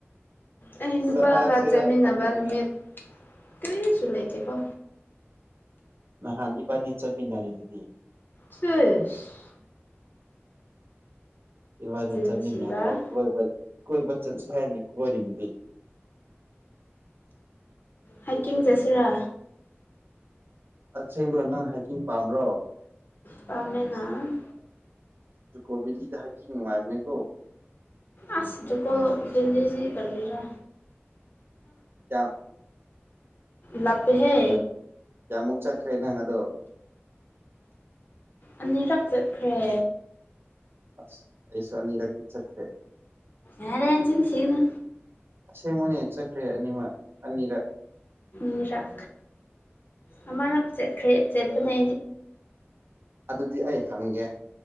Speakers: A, on the left; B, on the right.
A: ꯑꯩ ꯅꯨꯄꯥꯒ
B: ꯊꯥꯔꯛꯁꯤꯔ
A: ꯆꯠꯃꯤꯟꯅꯕ
B: ꯈꯟꯕꯅꯦ
A: ꯅꯨꯃꯤꯠ ꯀꯔꯤꯁꯨꯂꯥꯏꯇꯦ ꯀꯣ
B: ꯅꯍꯥꯟ ꯏꯕꯥꯅꯤ ꯆꯠꯃꯤꯟꯅꯔꯤꯗꯨꯗꯤ
A: ꯁꯤꯦꯁ
B: ꯏꯃꯥꯏꯅ
A: ꯆꯤꯟ
B: ꯆꯠꯃꯤꯟꯅꯔꯒ
A: ꯊꯤꯕ
B: ꯀꯣꯏꯕ ꯀꯣꯏꯕ ꯆꯠꯁꯦ ꯍꯥꯏꯅ ꯀꯣꯏꯔꯤꯕꯗꯤ
A: ꯍꯥꯏꯀꯤꯡ ꯆꯁꯤꯔꯥ
B: ꯑꯁꯦꯡꯕ ꯅꯪ ꯍꯥꯏꯀꯤꯡ ꯄꯥꯝꯕ꯭ꯔꯣ
A: ꯅꯨꯄꯥꯃꯦꯅꯥ
B: ꯀꯣꯕꯤ ꯂꯤꯗ ꯍꯥꯏ ꯀꯉꯅꯨꯡꯉꯥꯏꯕꯅꯦ ꯀꯣ
A: ꯑꯁ ꯗꯀꯣ ꯕꯤꯜꯂꯤꯗꯤꯖꯤ ꯀꯔ
B: ꯌꯥ
A: ꯂꯄꯍꯦ
B: ꯀꯌꯥꯃꯨꯛ ꯆꯠꯈ꯭ꯔꯦ ꯅꯪ ꯑꯗꯣ
A: ꯑꯅꯤꯔꯛ ꯆꯠꯈ꯭ꯔꯦ
B: ꯑꯁ ꯑꯩꯁꯅꯤꯔꯛ ꯆꯈ꯭ꯔꯦ
A: ꯌꯥꯔ ꯆꯤꯟꯁꯤꯅ
B: ꯑꯁꯦꯡꯕꯅꯦ ꯆꯠꯈ꯭ꯔꯦ ꯑꯅꯤꯃꯛ ꯑꯅꯤꯔꯛ
A: ꯃꯤꯔꯥꯛ ꯑꯥꯡ ꯆꯠ ꯆꯦꯇꯅ
B: ꯑꯗꯨꯗꯤ ꯑꯩ ꯍꯪꯒꯦ